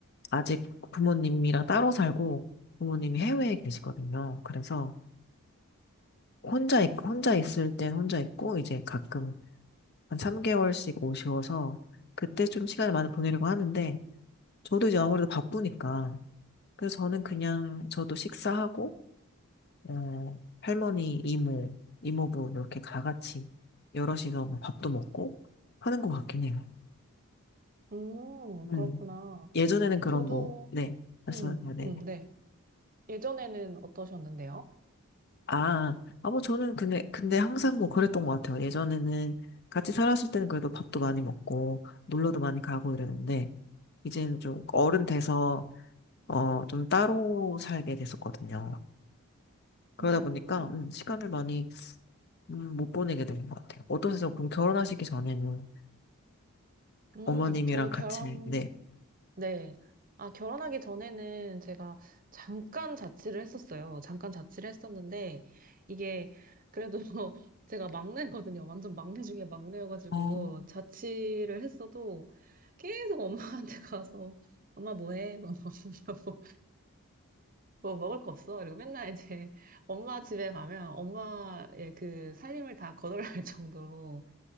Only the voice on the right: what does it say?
음, 그렇구나.
저도,
음,
음, 네. 예전에는 어떠셨는데요?
음,
음,
저 결혼,
네. 아, 결혼하기 전에는 제가 잠깐 자취를 했었어요. 잠깐 자취를 했었는데, 이게 그래도 <laughs> 제가 막내거든요. 완전 막내 중에 막내여가지고,
자취를 했어도 계속 엄마한테 가서, 엄마 뭐 해? 막 <laughs> 물어보고 뭐 먹을 거 없어. 그리고 맨날 이제 <laughs> 엄마 집에 가면 엄마의 그 살림을 다 거덜날 <laughs> 정도로.